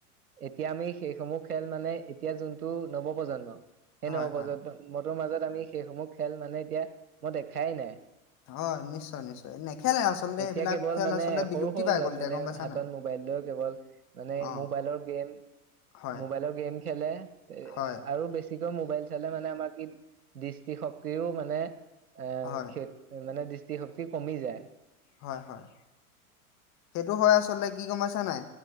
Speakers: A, on the right; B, on the left.
A: এতিয়া আমি সেইসমূহ খেল মানে এতিয়া যোনটো নৱপ্ৰজন্ম
B: হয়
A: এনে নৱপ্ৰজন্ম
B: হয়
A: ত' মাজত আমি সেইসমূহ খেল মানে এতিয়া মই দেখাই নাই।
B: হয় নিশ্চয় নিশ্চয় নেখেলে আচলতে
A: এতিয়া
B: সেইবিলাক
A: কেৱল
B: খেল
A: মানে
B: আচলতে বিলুপ্তি
A: সৰু সৰু
B: পাই
A: ল'ৰা
B: গ'ল
A: ছোৱালীয়ে
B: এতিয়া গম পাইছা
A: হাতত
B: নাই
A: মোবাইল লৈ কেৱল মানে
B: অ
A: মোবাইলৰ গেম
B: হয়
A: মোবাইলৰ গেম খেলে এ
B: হয়
A: আৰু বেছি বেছিকৈ মোবাইল চালে মানে আমাৰ কি দৃষ্টিশক্তিও মানে এ,
B: হয়
A: খ মানে দি যি শক্তি কমি যায়।
B: হয়, হয় সেইটো হয় আচলতে কি গম পাইছা নাই